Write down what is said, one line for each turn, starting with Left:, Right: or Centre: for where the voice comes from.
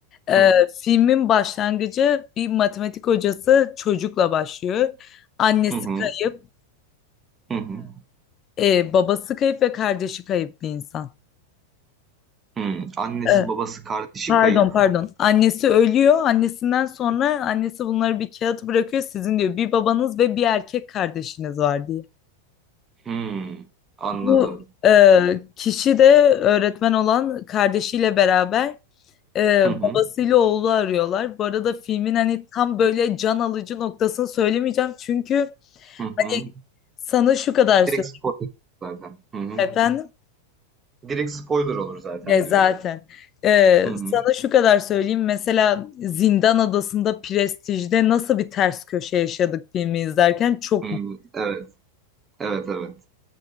Left: E,
Right: Hı hı.
Left: filmin başlangıcı bir matematik hocası çocukla başlıyor. Annesi
Right: Hı hı.
Left: kayıp,
Right: Hı hı.
Left: e, e, babası kayıp ve kardeşi kayıp bir insan.
Right: Hı. Annesi
Left: E,
Right: babası kardeşi
Left: pardon
Right: kayıp.
Left: pardon. Annesi ölüyor. Annesinden sonra annesi bunları bir kağıt bırakıyor. Sizin diyor bir babanız ve bir erkek kardeşiniz var diye.
Right: Hı. Anladım.
Left: Bu e, kişi de öğretmen olan kardeşiyle beraber Ee,
Right: Hı hı.
Left: babasıyla oğlu arıyorlar. Bu arada filmin hani tam böyle can alıcı noktasını söylemeyeceğim. Çünkü
Right: Hı hı.
Left: e, sana şu kadar söyleyeyim
Right: Direkt spoiler zaten. Hı hı.
Left: efendim.
Right: Direkt spoiler olur zaten
Left: E, zaten.
Right: diyorum.
Left: Ee,
Right: Hı hı.
Left: sana şu kadar söyleyeyim. Mesela Zindan Adası'nda Prestij'de nasıl bir ters köşe yaşadık filmi izlerken çok
Right: Hı hı. Evet. Evet evet.